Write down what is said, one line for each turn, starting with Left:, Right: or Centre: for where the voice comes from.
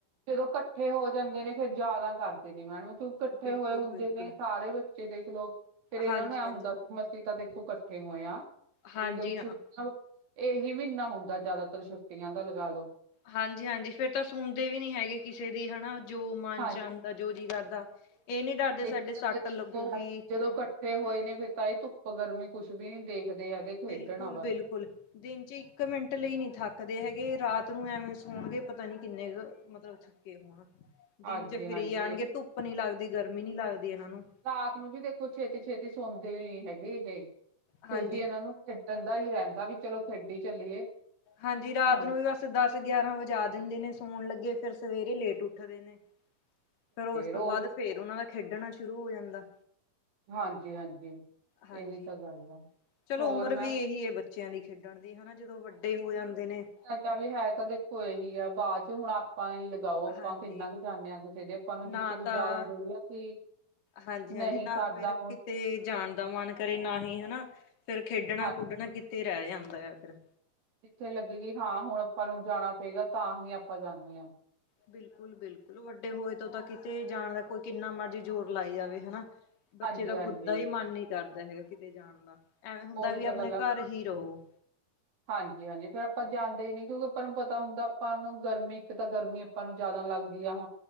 Right: ਜਦੋਂ ਇਕੱਠੇ ਹੋ ਜਾਂਦੇ ਨੇ, ਫੇਰ ਜ਼ਿਆਦਾ ਕਰਦੇ ਨੇ ਮੈਡਮ ਤੂੰ ਇਕੱਠੇ
Left: ਬਿਲਕੁਲ
Right: ਹੋਏ ਹੁੰਦੇ
Left: ਬਿਲਕੁਲ
Right: ਨੇ ਸਾਰੇ ਬੱਚੇ ਦੇਖਲੋ, ਫੇਰ ਇਹਨਾਂ
Left: ਹਾਂਜੀ
Right: ਨੂੰ ਐ
Left: ਹਾਂਜੀ
Right: ਹੁੰਦਾ ਸੀ ਤਾਂ ਦੇਖੋ ਇਕੱਠੇ ਹੋਏ ਆ, ਤੇ
Left: ਹਾਂਜੀ
Right: ਦੇਖੋ
Left: ਹਾਂ
Right: ਛੁੱ ਇਹੀ ਮਹੀਨਾ ਹੋਊਗਾ ਜ਼ਿਆਦਾਤਰ ਛੁੱਟਿਆਂ ਦਾ, ਲਗਾ ਲੋ।
Left: ਹਾਂਜੀ ਹਾਂਜੀ, ਫੇਰ ਤਾਂ ਸੁਣਦੇ ਵੀ ਨੀ ਹੈਗੇ ਕਿਸੇ ਦੀ, ਹੈਨਾ। ਜੋ ਮਨ
Right: ਹਾਂਜੀ
Left: ਚ ਆਉਂਦਾ, ਜੋ ਜੀ ਕਰਦਾ, ਇਹ ਨੀ ਡਰਦੇ, ਸਾਡੇ
Right: ਇੱਥੇ ਤਾਂ
Left: ਸੱਟ
Right: ਫਿਰ ਦੇਖੋ
Left: ਲੱਗੂਗੀ।
Right: ਜਦੋਂ ਇਕੱਠੇ ਹੋਏ ਨੇ, ਫਿਰ ਤਾਂ ਇਹ ਧੁੱਪ ਗਰਮੀ ਕੁੱਛ ਵੀ ਨੀ ਦੇਖਦੇ ਹੈਗੇ। ਖੇਡਣਾ
Left: ਬਿਲਕੁਲ-ਬਿਲਕੁਲ।
Right: ਬਸ
Left: ਦਿਨ ਚ ਇੱਕ ਮਿੰਟ ਲਈ ਨੀ ਥੱਕਦੇ ਹੈਗੇ, ਰਾਤ ਨੂੰ ਐਵੇਂ ਸੌਣਗੇ, ਪਤਾ ਨੀ ਕਿੰਨੇ ਕੁ ਮਤਲਬ ਥੱਕੇ ਹੋਣ,
Right: ਹਾਂਜੀ
Left: ਦਿਨ ਚ ਫਿਰ
Right: ਹਾਂਜੀ
Left: ਆਣਗੇ,
Right: ਇਹ ਤਾਂ।
Left: ਧੁੱਪ ਨੀ ਲੱਗਦੀ ਗਰਮੀ ਨੀ ਲੱਗਦੀ ਇਹਨਾਂ ਨੂੰ।
Right: ਰਾਤ ਨੂੰ ਵੀ ਦੇਖੋ, ਛੇਤੀ ਛੇਤੀ ਸੌਣਦੇ ਨੀ ਹੈਗੇ ਏਹ, ਫਿਰ
Left: ਹਾਂਜੀ
Right: ਵੀ ਇਹਨਾਂ ਨੂੰ ਖੇਡਣਦਾ ਦਾ ਹੀ ਰਹਿੰਦਾ, ਵੀ ਚਲੋ ਖੇਡੀ ਚੱਲੀਏ।
Left: ਹਾਂਜੀ ਰਾਤ
Right: ਹਾਂਜੀ
Left: ਨੂੰ ਵੀ ਬਸ ਦਸ ਗਿਆਰਾਂ ਵਜੇ ਦਿੰਦੇ ਨੇ ਸੋਣ ਲੱਗੇ, ਫੇਰ ਸਵੇਰੇ ਲੇਟ ਉੱਠਦੇ ਨੇ। ਫੇਰ ਉਸ ਤੋਂ
Right: ਉਹੀ
Left: ਬਾਅਦ,
Right: ਤਾਂ
Left: ਫੇਰ
Right: ਹੈ
Left: ਉਹਨਾ ਦਾ ਖੇਡਣਾ ਸ਼ੁਰੂ ਹੋ ਜਾਂਦਾ।
Right: ਹਾਂਜੀ-ਹਾਂਜੀ,
Left: ਹਾਂਜੀ
Right: ਇਹੀ ਤਾਂ ਗੱਲ ਐ,
Left: ਚਲੋ
Right: ਹੋਰ
Left: ਉਮਰ
Right: ਮੈਂਡਮ
Left: ਵੀ ਇਹੀ ਹੈ ਬੱਚਿਆਂ ਦੀ ਖੇਡਣ ਦੀ, ਹੈਨਾ ਜਦੋਂ ਵੱਡੇ ਹੋ ਜਾਂਦੇ ਨੇ।
Right: ਮੈਂ ਕੇਹਾਆ ਵੀ ਹੈ ਤਾਂ ਦੇਖੋ ਇਹੀ ਐ, ਬਾਅਦ ਚ ਹੁਣ ਆਪਾਂ ਨ ਲੱ। ਅਉ ਆਪਾਂ
Left: ਹਾਂਜੀ
Right: ਇੰਨਾ ਕੁ ਜਾਂਨੇ ਆਂ, ਕਿਸੇ ਦੇ ਆਪਾਂ ਨੂੰ
Left: ਨਾ
Right: ਜਿੱਥੇ ਕੁ
Left: ਤਾਂ
Right: ਜ਼ਿਆਦਾ ਜ਼ਰੂਰੀ।
Left: ਹਾਂਜੀ-ਹਾਂਜੀ,
Right: ਨਹੀਂ
Left: ਨਾ
Right: ਸਰਦਾ
Left: ਫਿਰ ਕਿਤੇ
Right: ਹੁਣ
Left: ਜਾਣ ਦਾ ਮਨ ਕਰੇ ਨਾ ਹੀ ਹੈਨਾ, ਫਿਰ ਖੇਡਣਾ
Right: ਹਾਂਜੀ
Left: ਕੁਡਣਾ। ਤੇ ਰਹਿ ਜਾਂਦਾ ਐ ਫਿਰ।
Right: ਜਿੱਥੇ ਲੱਗੇਗੀ, ਹਾਂ ਹੁਣ ਆਪਾਂ ਨੂੰ ਜਾਣਾ ਪਏਗਾ, ਤਾਂ ਹੀ ਆਪਾਂ ਜਾਂਨੇ ਹਾਂ
Left: ਬਿਲਕੁਲ ਬਿਲਕੁਲ, ਵੱਡੇ ਹੋਏ ਤੋਂ ਤਾਂ ਕਿਤੇ ਜਾਣ ਦਾ, ਕੋਈ ਕਿੰਨਾ ਮਰਜ਼ੀ ਜ਼ੋਰ ਲਾਈ ਜਾਵੇ, ਹੈਨਾ ਬੱਚੇ
Right: ਹਾਂਜੀ,
Left: ਦਾ
Right: ਹਾਂਜੀ
Left: ਖੁਦ ਦਾ ਹੀ ਮਨ ਨੀ ਕਰਦਾ ਹੈਗਾ, ਕਿਤੇ ਜਾਣ ਦਾ ਐਵੇਂ ਹੁੰਦਾ
Right: ਉਹੀ
Left: ਵੀ
Right: ਤਾਂ
Left: ਆਪਣੇ
Right: ਗੱਲ ਐ
Left: ਘਰ ਹੀ ਰਹੋ
Right: ਹਾਂਜੀ-ਹਾਂਜੀ। ਫੇਰ ਆਪਾਂ ਜਾਂਦੇ ਹੀ ਨਹੀਂ। ਕਿਉਂਕਿ ਆਪਾਂ ਨੂੰ ਪਤਾ ਹੁੰਦਾ ਆਪਾਂ ਨੂੰ ਗਰਮੀ ਇੱਕ ਤਾਂ ਗਰਮੀ। ਆਪਾਂ। ਨੂੰ। ਜਿਆਦਾ। ਲੱਗਦੀ। ਹਾਂ।